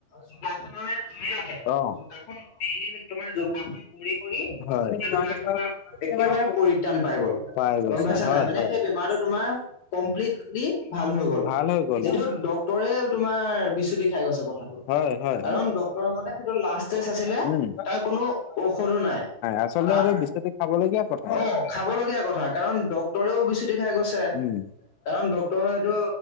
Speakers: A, on the left; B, on the left.
A: যোগাসনৰ জৰিয়তে,
B: অ।
A: যোগাসন ডেইলি তোমাৰ, যোগাসন কৰি-কৰি,
B: হয়।
A: সেই বেমাৰটো পৰা, একেবাৰে পৰিত্ৰাণ পাই গ'ল।
B: পাই গৈছে
A: গম পাইছা
B: হয়
A: নাই? মানে,
B: হয়।
A: সেই বেমাৰটোত তোমাৰ, কমপ্লিটলি ভাল হৈ গ'ল।
B: ভাল হৈ গ'ল
A: যিটো,
B: অ।
A: ডক্টৰে তোমাৰ বিচুটি খাই গৈছে। <unintelligible>
B: হয় হয়।
A: কাৰণ, ডক্তৰ মতে সেইটো লাষ্ট ষ্টেজ আছিলে।
B: উম।
A: তাৰ কোনো ঔষধো নাই।
B: আচলতে
A: তাত,
B: এইটো বিচুতি খাবলগীয়া কথা।
A: অ'! খাবলগীয়া কথা। কাৰণ, ডক্টৰেও বিচুতি খাই গৈছে।
B: উম।
A: কাৰণ, ডক্টৰ সেইটো,